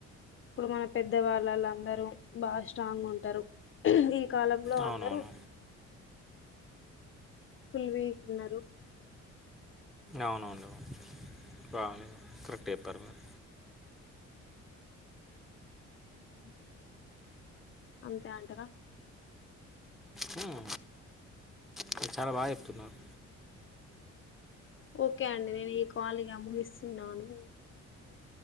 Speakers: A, on the left (about 45°); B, in the centre.
A: ఇప్పుడు మన పెద్ద వాళ్ళళ అందరూ బాగా స్ట్రాంగ్ ఉంటారు ఈ కాలంలో
B: అవునవును
A: అందరూ ఫుల్ వీక్ ఉన్నారు
B: అవునవును బాగానే కరెక్ట్ చెప్పారు మీరు
A: ఊ అంతే అంటార
B: హ్మ్ మీర్ చాలా బాగా చెప్తున్నారు
A: ఓకే అండి నేను ఈ కాల్ ఇగ ముగిస్తునాను